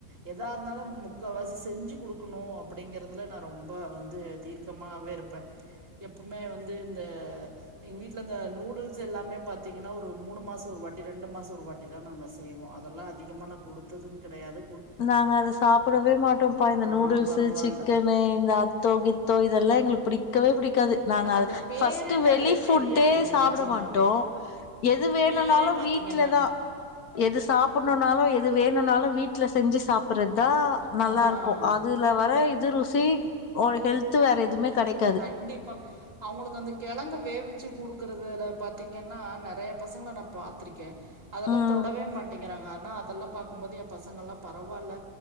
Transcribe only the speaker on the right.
எதா இருந்தாலு முக்காவாசி செஞ்சு கொடுக்கணு அப்படிங்கறதுல நா ரொம்ப வந்து தீர்க்க பக்கமாவே இருப்பே எப்பவுமே வந்து இந்த எங்க வீட்டுல இந்த நூடுல்ஸ் எல்லாமே பாத்தீங்கன்னா ஒரு மூணு மாசோ ஒரு வாட்டி ரெண்டு மாசோ ஒரு வாட்டி இத தா நாங்க செய்வோ அதெல்லா அதிகமா நா குடுத்தது கிடையாது
ஆ
பரவால்ல
எனக்கு அந்த பேரே
நெறைய
தெரியாதுங்க
நெஜமாவே
பேரே பாத்தீங்கன்னா
அ
ஆ
கண்டிப்பா அவங்களுக்கு அந்த கிழங்க வேகவச்சு குடுக்குறதுல பாத்தீங்கன்னா நெறைய பசங்கள நா பாத்துருக்கே அதெல்லா
தொடவே மாட்டேங்குறாங்க ஆனா அதெல்லா பாக்குபோது என் பசங்களா எல்லா பரவால்ல